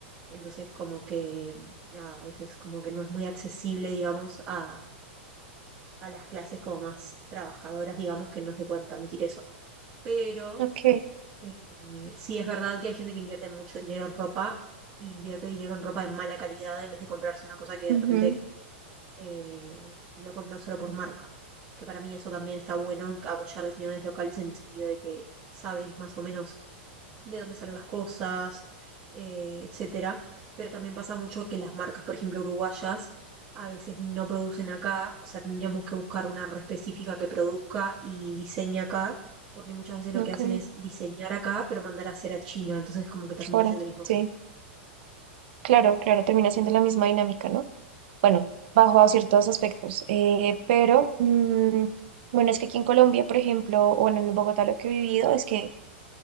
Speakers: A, on the right (about 40°); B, on the right (about 65°).
A: Entonces, como que, nada, a veces como que no es muy accesible, digamos, a, a las clases como más trabajadoras, digamos, que no se pueden permitir eso. Pero
B: ok,
A: eh, sí es verdad que hay gente que invierte mucho dinero en ropa, invierte dinero en ropa de mala calidad en vez de comprarse una cosa que
B: ujú,
A: de repente eh, lo compran solo por marca. Que para mí eso también está bueno, apoyar diseñadores locales en el sentido de que sabes más o menos de dónde salen las cosas, eh, etcétera. Pero también pasa mucho que las marcas, por ejemplo, uruguayas, a veces no producen acá, o sea, tendríamos que buscar una red específica que produzca y diseñe acá, porque muchas veces lo
B: ok,
A: que hacen es diseñar acá, pero mandar a hacer a China, entonces como que termina
B: por fuera,
A: siendo el mismo
B: sí,
A: ciclo.
B: claro, claro, termina siendo la misma dinámica, ¿no? Bueno, bajo a ciertos aspectos, eh, pero mm, bueno, es que aquí en Colombia, por ejemplo, o en Bogotá lo que he vivido es que